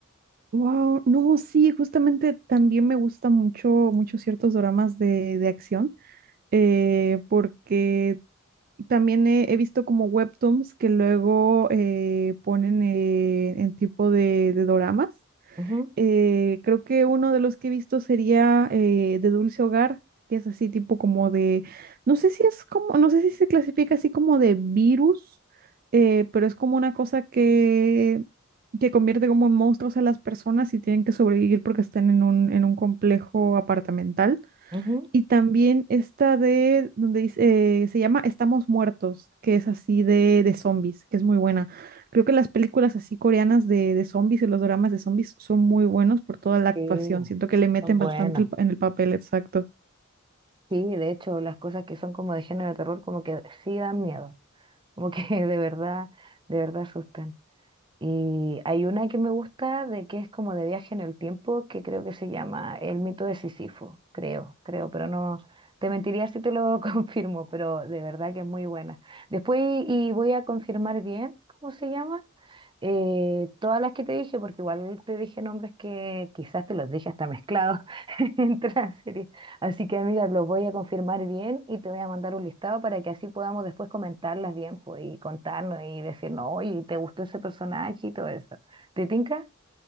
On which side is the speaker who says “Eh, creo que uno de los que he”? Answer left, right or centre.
Right